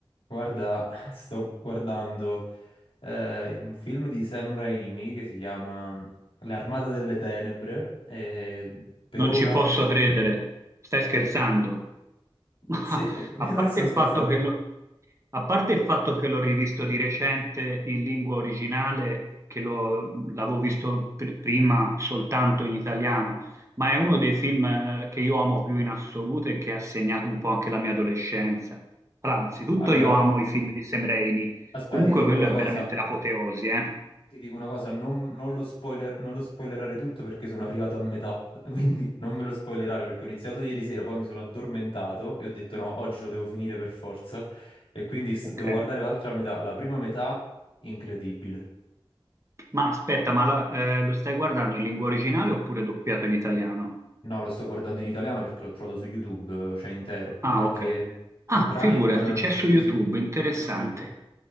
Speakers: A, on the left; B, on the right.
A: Guarda, <laughs> sto guardando eh, un film di Sam Raimi che si chiama L'Armata delle Tenebre. e per
B: Non
A: ora,
B: ci posso credere, stai scherzando.
A: perché...
B: <laughs> Ma
A: Sì, <laughs>
B: a
A: non
B: parte
A: sto
B: il
A: scherzando.
B: fatto che l'ho a parte il fatto che l'ho rivisto di recente in lingua originale, che l'ho- l'avevo visto pr- prima soltanto in italiano, ma è uno dei film eh, che io amo più in assoluto e che ha segnato un po' anche la mia adolescenza. Allora, anzitutto
A: Allora,
B: io amo i film di Sam Raimi,
A: Aspetta,
B: comunque
A: ti dico
B: quello
A: una
B: è
A: cosa.
B: veramente l'apoteosi, eh?
A: Ti dico una cosa, non, non lo spoiler- non lo spoilerare tutto perché sono arrivato a metà, <laughs> quindi non me lo spoilerare perché ho iniziato ieri sera, poi mi sono addormentato e ho detto no, oggi lo devo finire per forza e quindi s-
B: Ok.
A: devo guardare l'altra metà, la prima metà incredibile.
B: Ma aspetta, ma la- eh, lo stai guardando in lingua originale oppure doppiato in italiano?
A: No, lo sto guardando in italiano perché l'ho trovato su YouTube, cioè intero,
B: Ah,
A: perché
B: ok.
A: su
B: Ah,
A: Prime,
B: figurati, c'è
A: eh,
B: su
A: sì
B: YouTube,
A: sì,
B: interessante.
A: è su YouTube.